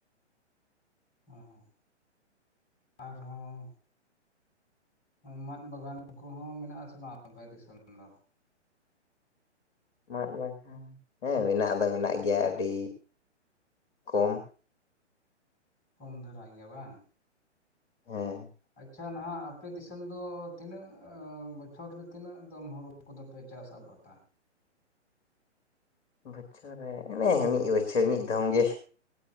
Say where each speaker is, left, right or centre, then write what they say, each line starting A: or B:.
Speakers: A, on the left; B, on the left.
A: ᱚᱸᱻᱦᱚᱸ, ᱟᱨᱦᱚᱸ ᱢᱟᱫ ᱵᱟᱜᱟᱱ ᱠᱚᱦᱚᱸ, ᱢᱮᱱᱟᱜ ᱟᱥᱮ? ᱵᱟᱝ ᱟᱯᱮ ᱫᱤᱥᱚᱢ ᱫᱚ?
B: ᱢᱮᱱᱟᱜ ᱜᱮᱭᱟ‌? ᱦᱮᱸ ᱢᱮᱱᱟᱜ ᱫᱚ ᱢᱮᱱᱟᱜ ᱜᱮᱭᱟ ᱟᱹᱰᱤ ᱠᱚᱢ
A: ᱠᱚᱢ ᱫᱷᱟᱨᱟ ᱜᱮᱭᱟ ᱵᱟᱝ?
B: ᱦᱮᱸ
A: ᱟᱪᱪᱷᱟ ᱱᱟᱦᱟᱜ ᱟᱯᱮ ᱫᱤᱥᱚᱢ ᱫᱚ ᱛᱤᱱᱟᱹᱜ ᱵᱚᱪᱷᱚᱨ ᱨᱮ ᱛᱤᱱᱟᱹᱜ ᱫᱚᱢ ᱦᱩᱲᱩ ᱠᱚᱫᱚ ᱯᱮ ᱪᱟᱥ ᱟᱵᱟᱫ-ᱟ᱾
B: ᱵᱚᱪᱷᱚᱨ ᱨᱮ ᱚᱱᱮ ᱢᱤᱫ ᱵᱚᱪᱷᱚᱨ ᱢᱤᱫ ᱫᱷᱟᱣ ᱜᱮ